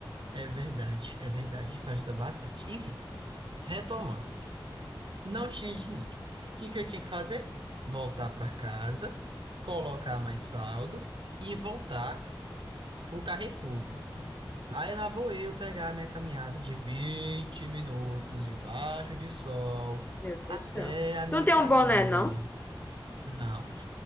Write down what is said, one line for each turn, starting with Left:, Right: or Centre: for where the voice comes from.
Right: é verdade, é verdade, isso ajuda bastante. Enfim, retomando. Não tinha dinheiro. O que que eu tinha que fazer? Voltar para casa, colocar mais saldo e voltar pro Carrefour. Aí lá vou eu pegar a minha caminhada de 20 minutos debaixo de sol
Left: Meu Deus
Right: até
Left: do céu.
Right: a minha
Left: Tu não tem
Right: casinha.
Left: um boné, não?
Right: Não,